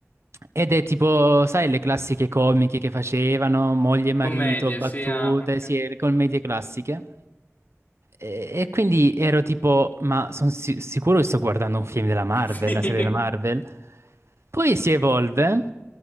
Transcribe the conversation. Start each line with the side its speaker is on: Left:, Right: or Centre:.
Right: Ed è tipo, sai, le classiche comiche che facevano, moglie e
Left: Commedie,
Right: marito, battute,
Left: sì, ah, ok.
Right: sì, le commedie classiche. E, e quindi ero tipo, ma sono sicuro che sto guardando un film della Marvel,
Left: <laughs> Sì,
Right: una serie della Marvel. Poi si evolve